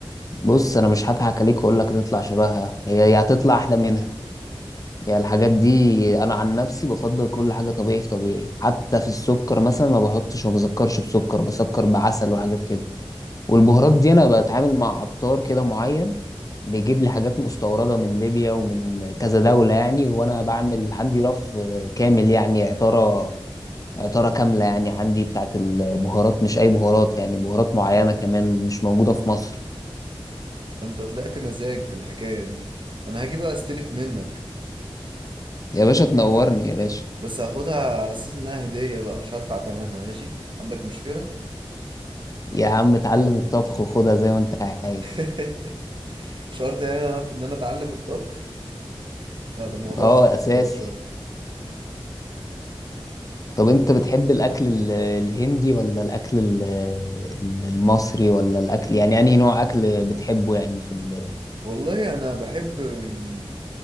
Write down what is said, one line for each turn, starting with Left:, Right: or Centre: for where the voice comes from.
Left: بص انا مش هضحك عليك واقول لك تطلع شبهها هي هي هتطلع احلى منها يعني الحاجات دي انا عن نفسي بفضل كل حاجه طبيعي في طبيعي حتى في السكر مثلا ما بحطش ما بسكرش بسكر بسكر بعسل وحاجات كده والبهارات دي انا بتعامل مع عطار كده معين بيجيب لي حاجات مستورده من ليبيا ومن كذا دوله يعني وانا بعمل عندي رف كامل يعني عطاره عطاره كامله يعني عندي بتاعت البهارات مش اي بهارات يعني بهارات معينه كمان مش موجوده في مصر
Right: انت طلعت مزاج في الحكاية دي انا هاجي بقى استلف منك
Left: يا باشا تنورني يا باشا
Right: بس هاخدها على اساس انها هدية بقى مش هدفع ثمنها ماشي عندك مشكلة
Left: يا عم اتعلم الطبخ وخدها زي ما انت عايز
Right: <laughs> شرط يعني ان انا إن أنا اتعلم الطبخ لا ده الموضوع
Left: اه
Right: صعب
Left: اساسي
Right: كده شوية
Left: طب انت بتحب الاكل ال- الهندي ولا الاكل ال- ال- المصري ولا الاكل يعني انهي نوع اكل بتحبه يعني في ال-
Right: والله انا بحب يعني